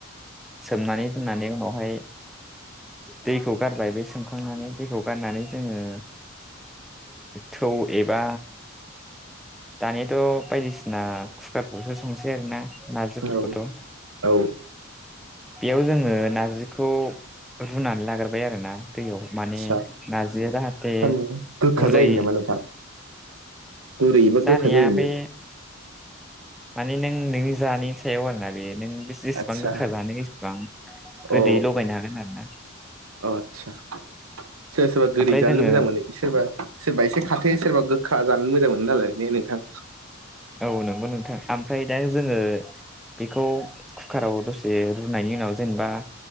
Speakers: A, in the centre; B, on the right.
A: सोमनानै दोननानै उनावहाय दैखौ गारबाय बे सोमखांनानै दैखौ गारनानै जोङो थौ एबा दानियाथ' बायदिसिना कुकारखौसो संसै आरोना नारजिफोरखौथ'
B: औ औ
A: बेयाव जोङो नारजिखौ रुनानै लाग्रोबाय आरोना दैयाव
B: आदसा
A: माने नारजिया जाहाथे
B: थारमाने गोखा
A: गुरै
B: जायो नामा नोंथां गुरै एबा
A: जानाया
B: गोखा जायिनि
A: बे माने नों नोंनि जानायनि सायाव आरोना बे नों बे जेसिबां
B: आदसा
A: गोखा जानो इसिबां
B: अ
A: गोदैयै लगायनो हागोन आरो ना
B: अ आतसा सोरबा सोरबा गोदै
A: ओमफ्राय
B: जानोल'
A: जोङो
B: मोजां मोनो। सोरबा सोरबा एसे खाथो सोरबा गोखा जानो मोजां मोनो नालाय ने नोंथां।
A: औ नंगौ नोंथां ओमफ्राय दा जोङो बेखौ कुकाराव दसे रुनायनि उनाव जेनेबा